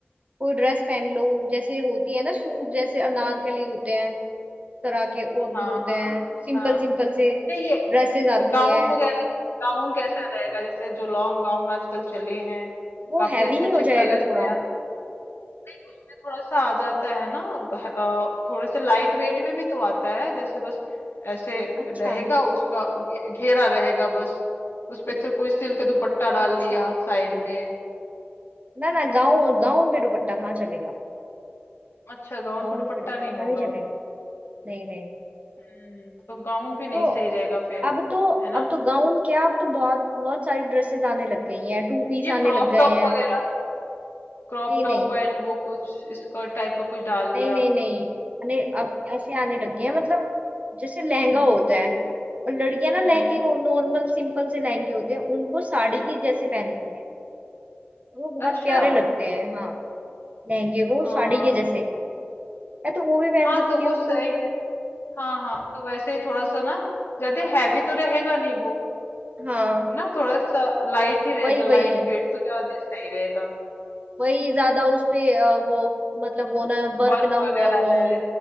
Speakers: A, on the right; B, on the left.
A: कोई ड्रेस पहन लो जैसे होती है ना सूट जैसे अनारकली होते हैं इस तरह के और भी
B: हाँ
A: होते
B: हाँ
A: हैं सिंपल
B: हाँ
A: सिंपल से
B: नहीं ये
A: ड्रेसेस आती
B: गाउन
A: हैं
B: वगैरह गाउन कैसा रहेगा जैसे जो लॉन्ग गाउन आजकल चले हैं
A: वो
B: काफी
A: हैवी
B: अच्छे
A: नहीं
B: अच्छे
A: हो
B: कलर
A: जाएगा थोड़ा
B: में नहीं उसमें थोड़ा सा आ जाता है ना वह- अ, थोड़े से लाइट वेट में भी तो आता है जैसे बस ऐसे
A: अच्छा
B: रहेगा उसका घे- घेरा रहेगा बस उस पे से कोई सिल्क दुपट्टा
A: अच्छा
B: डाल लिया साइड में
A: ना ना गाउन गाउन पे दुपट्टा कहाँ चलेगा
B: अच्छा गाउन
A: गाउन
B: पे दुपट्टा
A: पे दुपट्टा
B: नहीं होगा
A: नहीं चलेगा नहीं नहीं
B: हम्म तो गाउन भी नहीं
A: तो
B: सही रहेगा फिर
A: अब तो
B: है ना
A: अब तो गाउन क्या अब तो बहुत बहुत सारी ड्रेसेस आने लग गई हैं टू पीस
B: ये
A: आने
B: क्रॉप
A: लग गए
B: टॉप
A: हैं
B: वगैरह क्रॉप
A: नहीं
B: टॉप
A: नहीं
B: एंड वो कुछ स्कर्ट टाइप का कुछ डाल लिया
A: नहीं नहीं नहीं अने अब ऐसे आने लग गए हैं मतलब जैसे लहंगा
B: हम्म
A: होता है और लड़कियां ना लहंगे
B: हम्म
A: को नॉर्मल सिंपल से लहंगे होते हैं उनको साड़ी के जैसे पहनती हैं और वो बहुत
B: अच्छा
A: प्यारे लगते हैं हाँ लहंगे को
B: हाँ
A: साड़ी के जैसे या तो वो भी पहन
B: हाँ
A: सकती
B: तो वो
A: हो
B: सही
A: कोई
B: है हाँ हाँ तो वैसे ही थोड़ा सा ना ज्यादा हैवी तो रहेगा नहीं वो
A: हाँ
B: ना थोड़ा सा लाइट ही रहेगा
A: वही
B: लाइट
A: वही
B: वेट तो ज्यादा सही रहेगा
A: वही ज्यादा उस पे अ, वो मतलब वो ना वर्क
B: वर्क
A: ना हुआ
B: वगैरह
A: हुआ
B: नहीं
A: हो
B: रहे